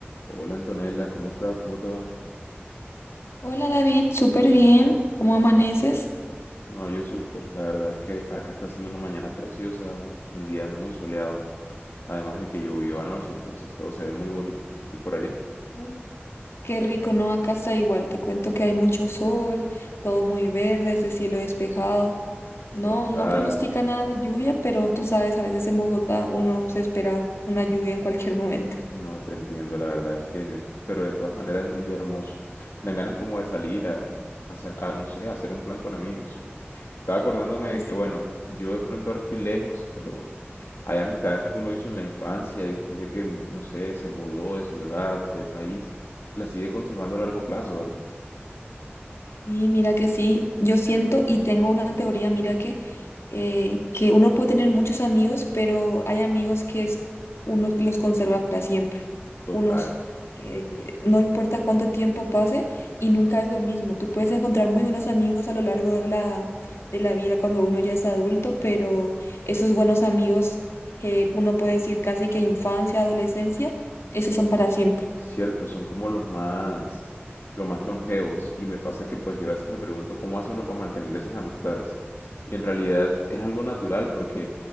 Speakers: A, on the left (about 70°); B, on the left (about 85°).
A: Hola Antonella, ¿cómo estás? ¿Cómo te va?
B: Hola David, súper bien. ¿Cómo amaneces?
A: No, yo súper. La verdad es que acá está siendo una mañana preciosa, un día muy soleado, además de que llovió anoche, entonces todo se ve muy bonito. ¿Y por allá?
B: Ujú. Qué rico, ¿no? Acá está igual. Te cuento que hay mucho sol, todo muy verde, ese cielo despejado. No,
A: Total.
B: no pronostica nada de lluvia, pero tú sabes, a veces en Bogotá uno se espera una lluvia en cualquier momento.
A: No te entiendo, la verdad es que, pero de todas maneras es un día hermoso. Dan ganas como de salir a, a sa- a, no sé, a hacer un plan con amigos. Estaba acordándome
B: Ay
A: de
B: sí.
A: que, bueno, yo de pronto ahora estoy lejos, pero hay amistades que uno hizo en la infancia y después de que, no sé, se mudó de ciudad, de país, las sigue conservando a largo plazo, ¿verdad?
B: Y mira que sí, yo siento y tengo una teoría, mira que, eh, que uno puede tener muchos amigos, pero hay amigos que es, uno los conserva para siempre.
A: Total.
B: Unos que no importa cuánto tiempo pase y nunca es lo mismo. Tú puedes encontrar muy buenos amigos a lo largo de la, de la vida cuando uno ya es adulto, pero esos buenos amigos que uno puede decir casi que infancia, adolescencia, esos son para siempre.
A: Cierto, son como los más, los más longevos y me pasa que pues yo a veces me pregunto cómo hace uno para mantener esas amistades. Y en realidad es algo natural porque